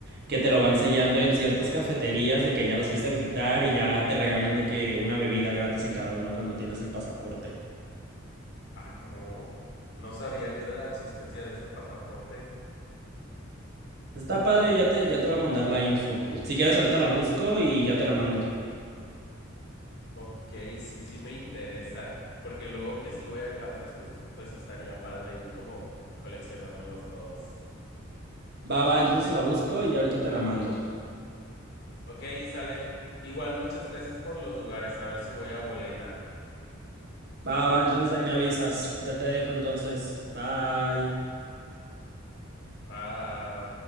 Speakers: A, on the right; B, on the left.
A: que te lo van sellando en ciertas cafeterías de que ya las fuiste a visitar y ya te regalan de que una bebida gratis en cada uno cuando tienes el pasaporte.
B: Ah, no, no sabía yo de la existencia de ese pasaporte.
A: Está padre, ya te, ya te voy a mandar la info. Si quieres ahorita la busco y ya te la mando.
B: Ok, sí, sí me interesa, porque luego que si voy a cafés, pues, pues estaría padre ir como coleccionándolos todos.
A: Va, va, entonces la busco y ahorita te la mando.
B: Ok, sale. Igual muchas gracias por los lugares, a ver si voy a Bolena.
A: Va, va, entonces ahí me avisas. Ya te dejo entonces. Bye.
B: Bye.